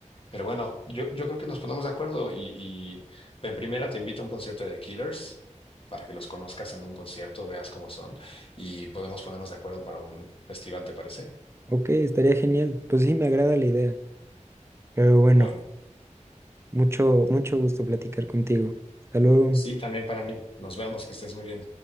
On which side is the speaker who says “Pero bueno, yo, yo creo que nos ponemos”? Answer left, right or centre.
Left